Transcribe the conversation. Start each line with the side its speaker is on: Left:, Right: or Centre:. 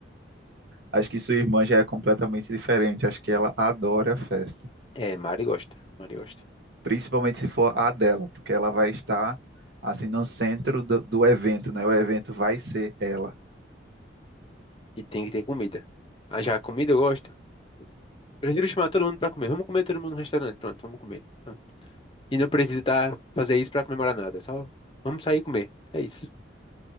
Right: Acho que sua irmã já é completamente diferente. Acho que ela adora festa.
Left: É, Mari gosta. Mari gosta.
Right: Principalmente se for a dela, porque ela vai estar assim no centro do, do evento, né? O evento vai ser ela.
Left: E tem que ter comida. Ah, já a comida eu gosto. Prefiro chamar todo mundo para comer. Vamos comer todo mundo no restaurante. Pronto, vamos comer. Pronto. E não precisa tá, fazer isso para comemorar nada. Só vamos sair e comer. É isso.